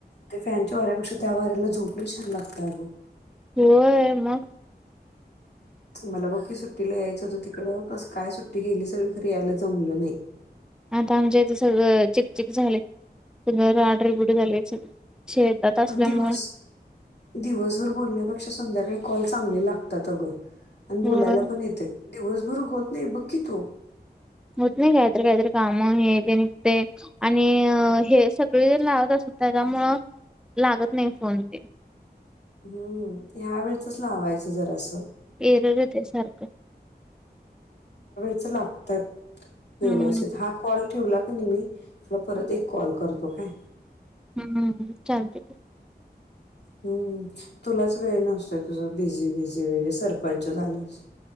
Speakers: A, on the left; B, in the centre.
A: ते फॅनच्या वाऱ्यापेक्षा त्या वाऱ्याला झोप लय छान लागतं अगं
B: होय मग
A: मला बघकी सुट्टीला यायचं होतं तिकडं कस काय सुट्टी गेली सगळी खरी यायला जमलं नाही
B: आता आमच्या इथे सगळं चिकचिक झालंय, सगळं राडरिबीट झालंय सगळं शेतात असल्यामुळे
A: आणि दिवस दिवसभर बोलल्यावर संध्याकाळी कॉल चांगले लागतात अंग आणि बोलायला
B: होय.
A: पण येतंय दिवस बर होत नाही बघ की तो,
B: होत नाही कायतर कायतर काम हे ते निघतय आणि हे सगळे लागतं असतात. त्यामुळं लागतं नाही फोन ते
A: हम्म ह्या वेळचच लावायचं जरासं
B: ऐरर येतंय सारखं
A: असं लागतात. व्यवस्थित
B: हम्म
A: हा कॉल ठेवला कणी मी, तुला परत एक कॉल करतो काय.
B: हम्म चालते.
A: हम्म तुलाच वेळ नसतोय, तुझ बिझी बिझी बिझी सरपंच झाल्यास.